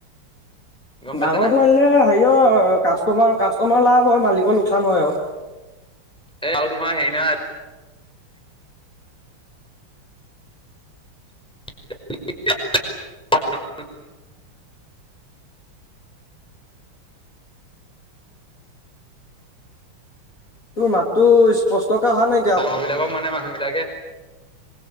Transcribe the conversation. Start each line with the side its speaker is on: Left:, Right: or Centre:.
Centre: গম
Left: ডাঙৰটো
Centre: পাইছা নাই
Left: আনিলে হেৰি অ কাষ্টটমাৰ কাষ্টটমাৰ লাভ হয় মালিকৰ লোকচান হয় আও
Centre: এ আৰু তোমাৰ হেৰি নহয়। <unintelligible>
Left: তোৰ মাতটো স্পষ্টকে অহা নাই
Centre: ডাঙৰ বিলাকক মানে, মানুহ বিলাকে